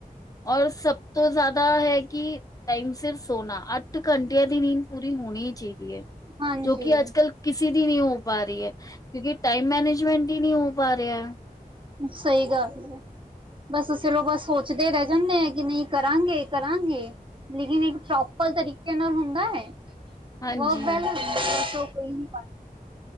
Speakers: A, on the left; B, on the right.
A: ਔਰ ਸਭ ਤੋਂ ਜ਼ਿਆਦਾ ਹੈ ਕਿ, ਟਾਈਮ ਸਿਰ ਸੋਨਾ ਅੱਠ ਘੰਟੇ ਆ ਦੀ ਨੀਂਦ ਪੂਰੀ ਹੋਣੀ ਚਾਹੀਦੀ ਹੈ,
B: ਹਾਂਜੀ
A: ਜੋ ਕਿ ਅੱਜ ਕੱਲ। ਕਿਸੇ ਦੀ ਨਹੀਂ ਹੋ ਪਾ ਰਹੀ ਹੈ, ਕਿਉਂਕਿ ਟਾਈਮ ਮੈਨੇਜਮੈਂਟ ਹੀ ਨਹੀਂ ਹੋ ਪਾ ਰਿਹਾ।
B: ਸਹੀ ਗੱਲ ਏ। ਬਸ ਅਸੀ ਲੋਕ ਬ ਸੋਚਦੇ ਰਹਿ ਜਾਂਦੇ ਆ ਕਿ ਨਹੀਂ ਕਰਾਂਗੇ - ਕਰਾਂਗੇ। ਲੇਕਿਨ ਇੱਕ ਪ੍ਰੋਪਰ ਤਰੀਕੇ ਨਾਲ ਹੁੰਦਾ ਹੈ।
A: ਹਾਂਜੀ
B: ਵਰਕ ਬੈਲਸ ਸ, ਕੋਈ ਨੀ ਪ।